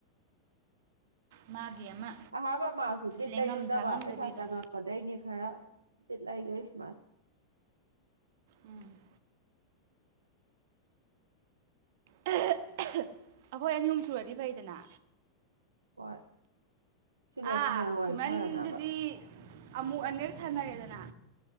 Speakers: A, on the right; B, on the right.
A: ꯃꯥꯒꯤ ꯑꯃ
B: ꯑꯍꯥꯥꯟꯕ ꯃꯥꯁꯨ ꯕꯤꯠ
A: ꯂꯦꯡꯉꯝ
B: ꯂꯩꯔꯨꯗꯕ
A: ꯁꯥꯉꯝꯗꯕꯤꯗꯣ
B: ꯄꯩꯁꯥ ꯇꯪꯉꯛꯄꯗꯩꯅꯦ ꯈꯔ ꯕꯤꯠ ꯂꯩꯒꯩꯁꯤ ꯃꯥꯁꯨ
A: ꯎꯝ <unintelligible> ꯑꯩꯈꯣꯏ ꯑꯅꯤ ꯑꯍꯨꯝ ꯁꯨꯔꯗꯤ ꯐꯩꯗꯅ
B: ꯍꯣꯏ ꯁꯤꯅ
A: ꯑꯥ
B: ꯁꯤꯅ ꯋꯥꯔꯤ
A: ꯁꯤꯃꯟꯗꯨꯗꯤ
B: ꯁꯥꯟꯅꯅꯕ
A: ꯑꯃꯨꯛ ꯑꯅꯤꯔꯛ ꯁꯥꯅꯔꯦꯗꯅ